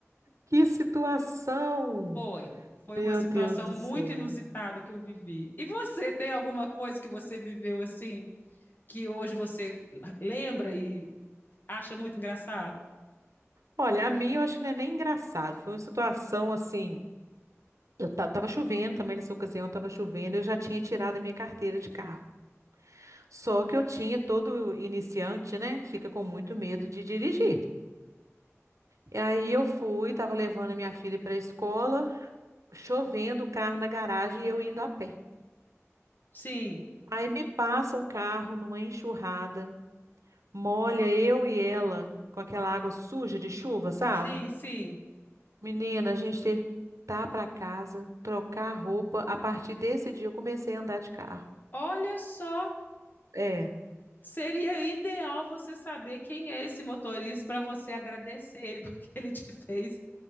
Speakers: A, on the right; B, on the left.
A: Que situação!
B: Foi, foi
A: Meu
B: uma situação
A: Deus do
B: muito
A: céu.
B: inusitada que eu vivi. E você tem alguma coisa que você viveu assim, que hoje você lembra e acha muito engraçado?
A: Olha, a mim eu acho que não é nem engraçado. Foi uma situação assim. Eu ta- tava chovendo também nessa ocasião, tava chovendo, eu já tinha tirado a minha carteira de carro. Só que eu tinha, todo iniciante, né, fica com muito medo de dirigir. E aí eu fui, tava levando a minha filha para a escola, chovendo, o carro na garagem e eu indo a pé.
B: Sim,
A: Aí me passa um carro numa enxurrada, molha eu e ela com aquela água suja de chuva, sabe?
B: sim, sim.
A: Menina, a gente teve que voltar para casa, trocar a roupa. A partir desse dia eu comecei a andar de carro.
B: Olha só
A: É.
B: Seria ideal você saber quem é esse motorista para você agradecer ele, <laughs> porque ele te fez